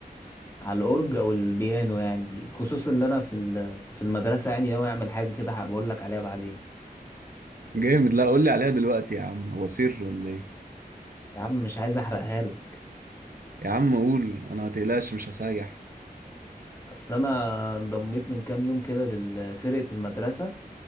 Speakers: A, on the left (about 15°); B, on the right (about 65°).
A: على الاورج او البيانو يعني خصوصا ان انا في ال... في المدرسه يعني ناوي اعمل حاجه كده هبقول لك عليها بعدين
B: جامد لا قول لي عليها دلوقتي يا عم هو سر ولا ايه
A: يا عم مش عايز احرقها لك
B: يا عم قول انا ما تقلقش مش هسيح
A: اصل انا انضميت من كام يوم كده لفرقه المدرسه